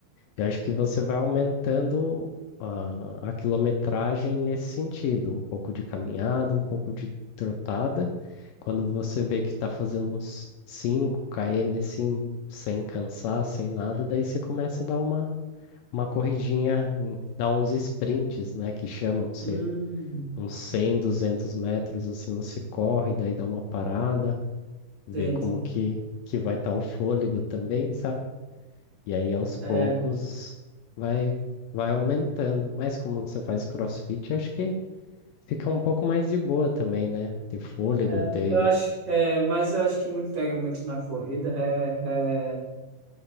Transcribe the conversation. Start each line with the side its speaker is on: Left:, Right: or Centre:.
Left: Eu acho que você vai aumentando a, a quilometragem nesse sentido, um pouco de caminhada, um pouco de trotada. Quando você vê que está fazendo uns cinco km assim, sem cansar, sem nada, daí você começa a dar uma, uma corridinha, em- dar uns sprints, né, que chama você
Right: Hum,
Left: uns 100 200 metros, assim você corre, daí dá uma parada, vê
Right: entendi.
Left: como
Right: entendi.
Left: que, que vai estar o fôlego também, sabe? E aí aos poucos
Right: É,
Left: vai vai aumentando. Mas como você faz CrossFit, acho que fica um pouco mais de boa também, né? Ter fôlego,
Right: é,
Left: ter,
Right: eu acho, é, mas eu acho que me pega muito na corrida é,